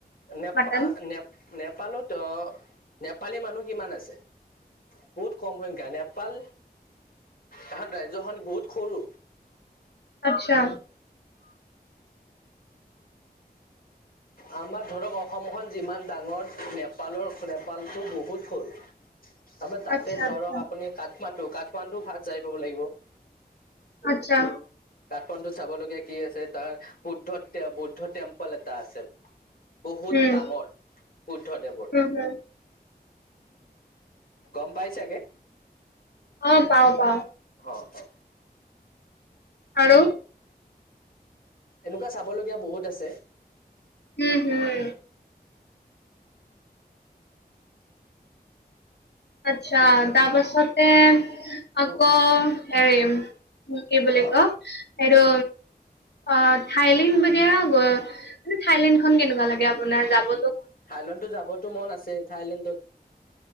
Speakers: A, on the left; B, on the left.
A: নেপা
B: মটন
A: নে নেপালত অ। নেপালী মানুহ কিমান আছে। বহুত কম সংখ্যা নেপাল এখন ৰাজ্যখন বহুত সৰু।
B: আচ্ছা।
A: আমাৰ ধৰক অসমখন যিমান ডাঙৰ নেপালৰ নেপালটো বহুত সৰু। তাৰপৰা তাতে
B: আচ্ছা
A: ধৰক
B: আচ্ছা
A: আপুনি কাঠমাণ্ডু কাঠমাণ্ডু ফাৰ্ষ্ট যাই পাব লাগিব।
B: আচ্ছা।
A: কাঠমাণ্ডু চাবলগীয়া কি আছে তাৰ বুদ্ধ বুদ্ধ টেম্পল এটা আছে। বহুত
B: উম
A: ডাঙৰ বুদ্ধদেৱৰ।
B: হম হম
A: গম পাই চাগে।
B: পাওঁ পাওঁ পাওঁ।
A: অ অ।
B: আৰু।
A: এনেকুৱা চাবলগীয়া বহুত আছে।
B: উম হম। আচ্ছা তাৰপাছতে আকৌ
A: উম
B: হেৰিম। কি বুলি
A: হা
B: কওঁ এইটো। অ থাইলেণ্ড <unintelligible> মানে থাইলেণ্ড খন কেনেকুৱা লাগে আপোনাৰ যাব।
A: থাইলেণ্ডত যাবতো মন আছে থাইলেণ্ডত।